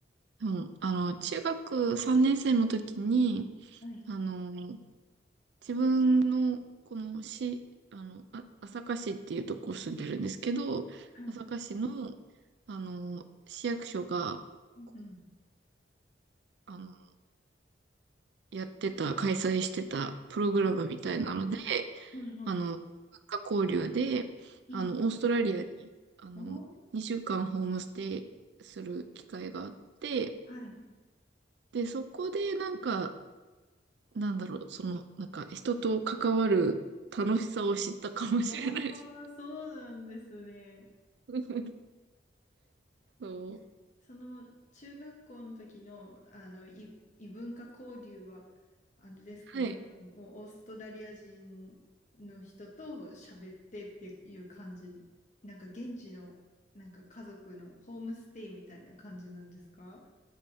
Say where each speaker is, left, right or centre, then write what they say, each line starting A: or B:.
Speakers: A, on the right (about 70°); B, on the left (about 40°).
A: うん、あの、中学3年生の時に、
B: はい、
A: あの、自分の、この市、あの、あ、朝霞市っていうとこ住んでるんですけど、
B: はい、
A: 朝霞市の、あの、市役所が、
B: うん、
A: こうあの、やってた、開催してたプログラムみたいなので、
B: はい、はい、はい、
A: あの、文化交流で、
B: うん、
A: あの、
B: うん。
A: オーストラリアに、あの、
B: おー、
A: 2週間ホームステイする機会があって、
B: はい。
A: で、そこでなんか、なんだろう、その、なんか人と関わる楽しさを知ったかもしれないです。
B: おー、そうなんですね。
A: <laughs> そう。
B: <laughs> その中学校の時の、あの異、異文化交流は、あれですか、
A: はい。
B: その、もうオーストラリア人の人と喋ってっていう感じ、なんか現地の、なんか家族のホームステイみたいな感じなんですか